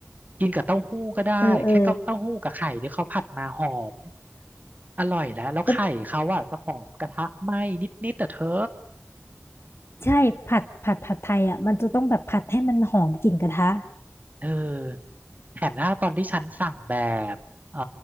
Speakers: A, on the right; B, on the left.
A: กินกับเต้าหู้ก็ได้แค่เต้าเต้าหู้กับไข่ที่เขาผัดมาหอม
B: เออเออ
A: อร่อยแล้วแล้วไข่เขาอะจะหอมกระทะไหม้นิดๆแต่เธอ
B: แล้วใช่ผัดผัดผัดไทยอ่ะมันจะต้องแบบผัดให้มันหอมกลิ่นกระทะ
A: เออแถมถ้าตอนที่ฉันสั่งแบบเอ่อ